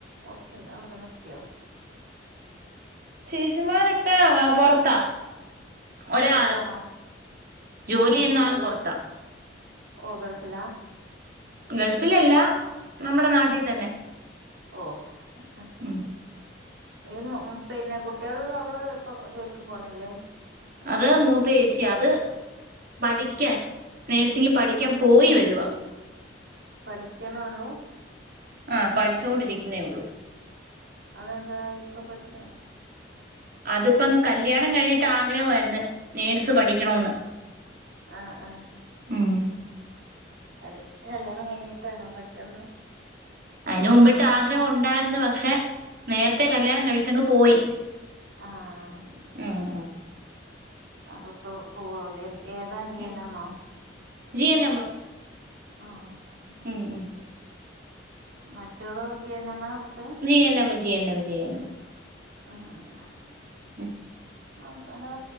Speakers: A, on the right; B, on the right.
A: ഹോസ്റ്റല് അവിടെ നിക്യോ?
B: ചേചിമാരൊക്കെ പൊറത്താ ഒരാള്
A: പുറത്താണോ
B: ജോലി
A: ആ
B: ചെയ്യുന്ന ആള്
A: ഗൾഫ്
B: പൊറത്താ
A: ഓ ഗൾഫിലാ
B: ഗൾഫിലല്ല നമ്മുടെ നാട്ടിൽ
A: ആ
B: തന്നെ
A: ഓ അത് ശരി
B: ഉം
A: ഈ മു പിന്നെ കുട്ട്യള് ഇള്ളവള് ഇപ്പം ജോലിക്ക് പോണില്ലേ?
B: അത് മൂത്ത ഏച്ചി അത് പഠിക്കാൻ നേഴ്സിംഗിൽ പഠിക്കാൻ പോയി വരുവാ
A: പഠിക്കണോ ഉള്ളൂ?
B: ആഹ് പഠിച്ചൊണ്ടിരിക്കുന്നേ ഉള്ളൂ
A: അതന്താ ഇപ്പ പടി
B: അതിപ്പം കല്ല്യാണം കഴിഞ്ഞിട്ട് ആഗ്രഹ ആയിരുന്നു നേഴ്സ് പഠിക്കണോന്ന്
A: ആഹ് ആഹ്
B: ഉം
A: കല് കല്യാണം കഴിഞ്ഞിട്ടാണോ പഠിക്കന്ന്
B: അതിന് മുമ്പിട്ട് ആഗ്രഹം ഉണ്ടാരുന്നു പക്ഷെ നേരത്തെ കല്യാണം കഴിച്ചങ്ങ് പോയി
A: ആഹ് ശരി ശരി
B: ആഹ്
A: ആ
B: ആഹ്
A: അപ്പൊ ഇപ്പോ പോവാവുംലേ ഏതാ ജി
B: ഉം
A: എൻ മം മോ?
B: ജി എൻ നമ്മ്
A: ആഹ്
B: ഉം ഉം
A: മറ്റേളു ജീ എൻ നമ്മാ കൊടുത്തെ.
B: G N M G N M G N M
A: ആഹ് ആഹ്
B: ഉം
A: അവസാന